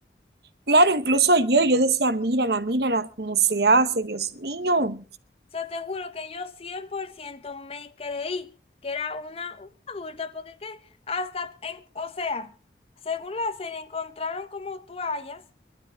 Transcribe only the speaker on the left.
sea, te juro que yo 100% me creí que era una, una adulta, porque que hasta, en, o sea, según la serie encontraron como toallas